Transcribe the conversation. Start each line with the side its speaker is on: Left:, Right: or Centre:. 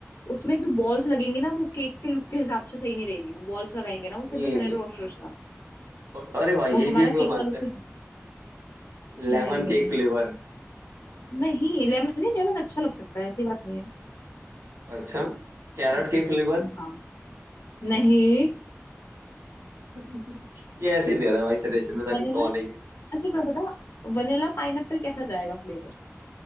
Left: उसमें जो बॉल्स लगेंगे ना वो केक के लुक के हिसाब से सही नहीं रहेगी वो बॉल्स लगाएंगे ना उसके
Right: नहीं
Left: अंदर फरेरो
Right: नहीं
Left: रोस्टर्स
Right: हाँ
Left: का
Right: ओ- अरे भाई
Left: वो
Right: ये
Left: हमारा
Right: केक तो
Left: केक
Right: मस्त
Left: का लुक
Right: है
Left: ही।
Right: Lemon
Left: नहीं नहीं
Right: cake flavour
Left: नहीं लेमन नहीं लेमन अच्छा लग सकता है ऐसी बात नहीं है
Right: अच्छा Carrot
Left: और
Right: cake flavour
Left: हाँ नहीं
Right: <laughs> ये ऐसे ही दे रहा है भाई सजेशन पता
Left: वनीला
Right: नहीं कौन है ये
Left: अच्छा क्या बता वनीला पाइनएप्पल कैसा जाएगा फ्लेवर